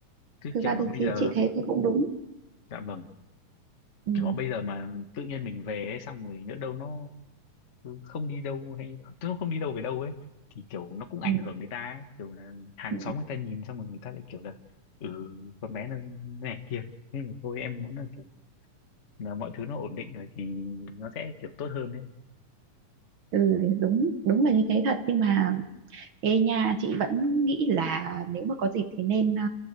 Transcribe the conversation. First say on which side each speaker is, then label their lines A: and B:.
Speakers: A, on the left; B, on the right.
A: chứ
B: thực
A: kiểu
B: ra
A: mà
B: thì,
A: bây
B: thì
A: giờ
B: chị thế, thế cũng đúng
A: dạ vâng
B: ừ,
A: kiểu mà bây giờ mà tự nhiên mình về ấy, xong rồi nhỡ đâu nó không đi đâu hay tức nó không đi đâu về đâu ấy thì kiểu nó cũng
B: ừ,
A: ảnh hưởng người ta ấy. kiểu là hàng
B: ừ,
A: xóm người ta nhìn xong rồi người ta lại kiểu là ừ con bé nó này kia nên là thôi em muốn là kiểu là mọi thứ nó ổn định rồi thì nó sẽ kiểu tốt hơn đấy
B: Ừ, đúng đúng là như thế thật nhưng mà ê nha chị vẫn nghĩ là nếu mà có dịp thì nên ờ,